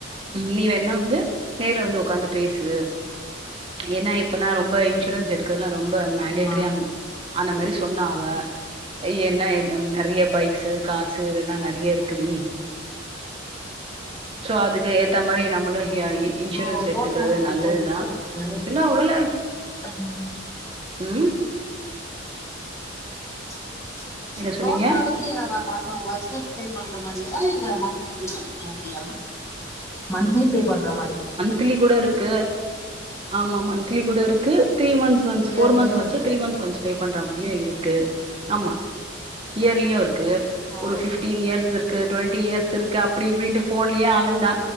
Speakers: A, on the right (about 30°); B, on the left (about 15°).
A: நீ வேன்னா வந்து நேர்ல வந்து உக்காந்து பேசு ஏன்னா இப்பல்லா ரொம்ப இன்சூரன்ஸ் எடுக்க ல்லா ரொம்ப மேண்டேட்டரியா
B: ஆமா
A: ஆன மாரி சொன்னாவ ஐ என்ன நெறைய பைக்ஸு கார்ஸு இதெல்லா நெறைய இருக்குடி சோ அதுக்கு ஏத்த மாரி நம்மளு எ இன்சூரன்ஸ்
B: ஓ
A: எடுத்துக்குறது
B: லோன் மாதிரி
A: நல்லதுதா
B: ஓ இன்சூரன்ஸ்க்கு
A: என்னா ஒருவேள
B: ம்
A: ம்
B: ம்
A: என்ன சொன்னீங்க
B: ரோன் மாதிரி <unintelligible> மாசம் வஷ பே பண்ற மாதிரியா இல்ல மண் மாதிரியா மந்த்லி பே பண்ற மாதி
A: தில்லி கூட இருக் க்கு ஆமா மந்த்லி கூடருக்கு three months once
B: yearly
A: four months once
B: இருக்கு
A: த்ரீ மந்ஸ் ஒன்ஸ் பே பண்ற மாரியா இருக்கு ஆமா இயர்லியுருக்கு க்கு
B: ஓ
A: ஒரு ஃபிஃப்டீன் இயர்ஸ் இருக் க்கு டொண்டி இயர்ஸ் இருக் க்கு அப்பிடி இப்பிடின்ட்டு ஃபோன்லயே அளந்தா